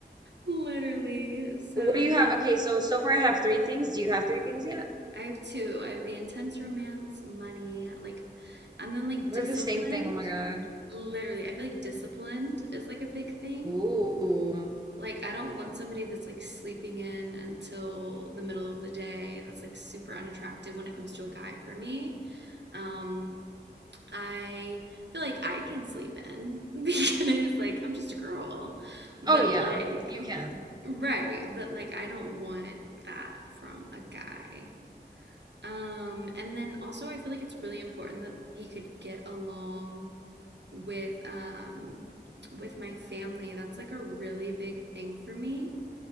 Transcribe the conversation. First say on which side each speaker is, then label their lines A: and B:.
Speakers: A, on the right; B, on the right.
A: literally.
B: <laughs>
A: So
B: What do you have? Okay, so so far I have three things. Do you have three things yet?
A: I have two. I have the intense romance, money, like, and then like
B: We
A: disciplined.
B: have the same thing. Oh my God.
A: Literally, I feel like disciplined is like a big thing.
B: Ooh.
A: Like, I don't want somebody that's like sleeping in until the middle of the day. That's like super unattractive when it comes to a guy for me. Um, I feel like I can sleep in <laughs> because like I'm just a girl. But
B: Oh yeah,
A: like
B: you can.
A: right, but like I don't want that from a guy. Um, and then also I feel like it's really important that he could get along with um with my family. That's like a really big thing for me